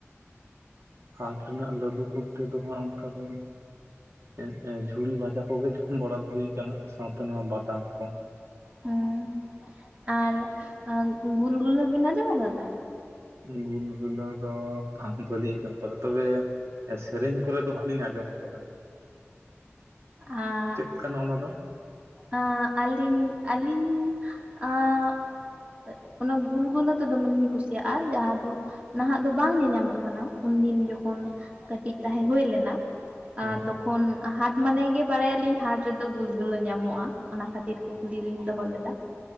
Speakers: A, on the right; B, on the right.
A: ᱦᱟᱴ ᱨᱮᱱᱟᱜ ᱞᱟᱹᱰᱩ ᱠᱚᱛᱮ ᱫᱚ ᱦᱟᱸᱜ ᱚᱱᱠᱟ ᱫᱚ ᱮᱸ ᱮᱸ ᱡᱷᱩᱲᱤ ᱵᱷᱟᱡᱟ ᱠᱚᱜᱮ ᱡᱚᱢ ᱵᱟᱲᱟ ᱫᱚ ᱦᱩᱭ ᱠᱟᱱᱟ ᱥᱟᱶᱛᱮ ᱱᱚᱣᱟ ᱵᱟᱫᱟᱢ ᱠᱚ᱾
B: ᱦᱚᱸ ᱟᱨ ᱟᱸ ᱜᱩᱞ ᱜᱩᱞᱟᱹ ᱵᱤᱱ ᱟᱸᱡᱚᱢ ᱟᱠᱟᱫᱟ?
A: ᱜᱩᱞ ᱜᱩᱞᱟᱹ ᱫᱚ ᱟᱫᱚ ᱚᱦᱚᱸ ᱵᱟᱹᱞᱤᱧ ᱟᱸᱡᱚᱢ ᱠᱟᱫᱟ ᱛᱚᱵᱮ ᱮ ᱥᱮᱨᱮᱧ ᱠᱚᱨᱮ ᱫᱚ ᱦᱟᱸᱜ ᱞᱤᱧ ᱟᱸᱡᱚᱢ ᱟᱠᱟᱫᱟ᱾
B: ᱟᱸᱜ
A: ᱪᱮᱫ ᱠᱟᱱᱟ ᱚᱱᱟ ᱫᱚ
B: ᱟᱸᱜ ᱟᱞᱤᱧ ᱟᱞᱤᱧ ᱟᱸᱜ ᱚᱱᱟ ᱜᱩᱞ ᱜᱩᱞᱟᱹ ᱫᱚ ᱫᱚᱢᱮ ᱞᱤᱧ ᱠᱩᱥᱤᱭᱟᱜ-ᱟ ᱡᱟᱦᱟᱸ ᱫᱚ ᱱᱟᱦᱟᱜ ᱫᱚ ᱵᱟᱝ ᱧᱮᱧᱟᱢᱚᱜ ᱠᱟᱱᱟ ᱩᱱᱫᱤᱱ ᱡᱚᱠᱷᱚᱱ ᱠᱟᱹᱴᱤᱡ ᱛᱟᱦᱮᱸ ᱦᱩᱭ ᱞᱮᱱᱟ᱾
A: ᱦᱮᱸ
B: ᱟᱨ ᱛᱚᱠᱷᱚᱱ ᱦᱟᱴ ᱢᱟᱱᱮ ᱜᱮ ᱵᱟᱲᱟᱭᱟᱞᱤᱧ ᱦᱟᱴ ᱨᱮᱫᱚ ᱜᱩᱞ ᱜᱩᱞᱟᱹ ᱧᱟᱢᱚᱜ-ᱟ᱾ ᱚᱱᱟ ᱠᱷᱟᱹᱛᱤᱨ ᱠᱩᱠᱞᱤ ᱞᱤᱧ ᱫᱚᱦᱚ ᱞᱮᱫᱟ